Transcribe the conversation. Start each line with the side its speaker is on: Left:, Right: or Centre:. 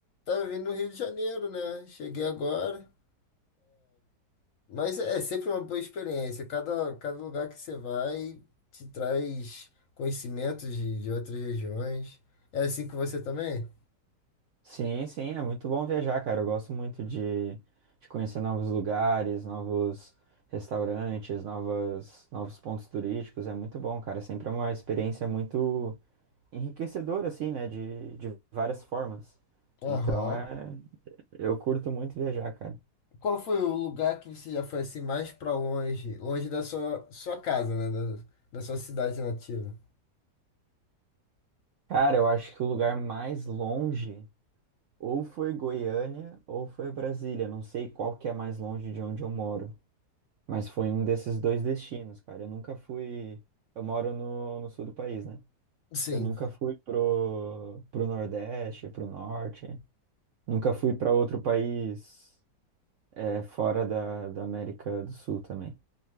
Left: Tava vindo no Rio de Janeiro, né? Cheguei agora. Mas é, é sempre uma boa experiência. Cada, cada lugar que você vai te traz conhecimentos de, de outras regiões. É assim com você também?
Right: Sim, sim, é muito bom viajar, cara. Eu gosto muito de, de conhecer novos lugares, novos restaurantes, novas, novos pontos turísticos. É muito bom, cara. Sempre é uma experiência muito enriquecedora, assim, né? De, de várias formas.
Left: Aham.
Right: Então, é, eu curto muito viajar, cara.
Left: Qual foi o lugar que você já foi assim mais pra longe? Longe da sua, sua casa, né? Da, da sua cidade nativa.
Right: Cara, eu acho que o lugar mais longe. Ou foi Goiânia ou foi Brasília. Não sei qual que é mais longe de onde eu moro. Mas foi um desses dois destinos, cara. Eu nunca fui. Eu moro no, no sul do país, né?
Left: Sim.
Right: Eu nunca fui pro, pro Nordeste, pro Norte. Nunca fui para outro país é, fora da, da América do Sul também.